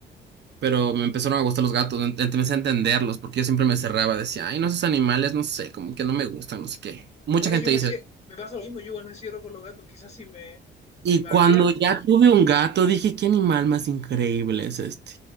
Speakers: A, on the right (about 60°); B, on the left (about 30°).
A: Pero me empezaron a gustar los gatos, ent- empecé a entenderlos, porque yo siempre me cerraba, decía, ay, no, esos animales, no sé, como que no me gustan, no sé qué. Mucha
B: Bueno,
A: gente
B: yo me
A: dice...
B: cie- me pasa lo mismo, yo igual me cierro con los gatos. Quizás si me, si
A: Y
B: me
A: cuando
B: abrieran,
A: ya tuve un gato, dije, qué animal más increíble es este.